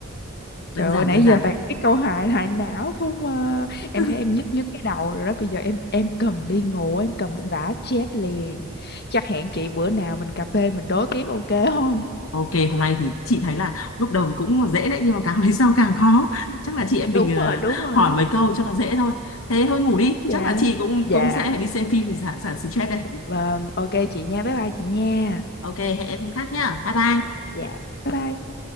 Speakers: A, on the left (about 55°); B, on the left (about 80°).
A: Trời
B: đơn
A: ơi,
B: giản,
A: nãy
B: đơn giản.
A: giờ toàn cái câu hại hại não không à.
B: Ừ,
A: Em thấy em nhức nhức cái đầu rồi đó. Bây giờ em em cần đi ngủ, em cần xả stress liền. Chắc hẹn chị bữa nào mình cà phê mình đố tiếp ok không?
B: Ok, hôm nay thì chị thấy là lúc đầu thì cũng là dễ đấy nhưng mà càng <laughs> về sau càng khó. Chắc là chị em mình
A: Đúng
B: ờ,
A: rồi, đúng rồi.
B: hỏi mấy câu cho nó dễ thôi. Thế thôi ngủ đi,
A: Dạ.
B: chắc là chị cũng
A: Dạ.
B: cũng sẽ phải đi xem phim để giảm giảm stress đây.
A: Vâng, ok chị nha. Bye bye chị nha.
B: Ok, hẹn em hôm khác nhá. Bye bye.
A: Dạ. Bye bye.